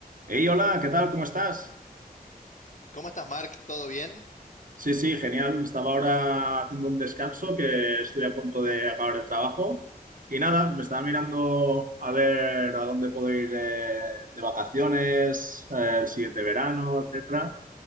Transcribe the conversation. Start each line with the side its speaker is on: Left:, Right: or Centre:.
Right: Hey, hola, ¿qué tal? ¿Cómo estás?
Left: ¿Cómo estás, Mark? ¿Todo bien?
Right: Sí, sí, genial. Estaba ahora haciendo un descanso que estoy a punto de acabar el trabajo. Y nada, me estaba mirando a ver a dónde puedo ir eh, de vacaciones, eh, el siguiente verano, etcétera.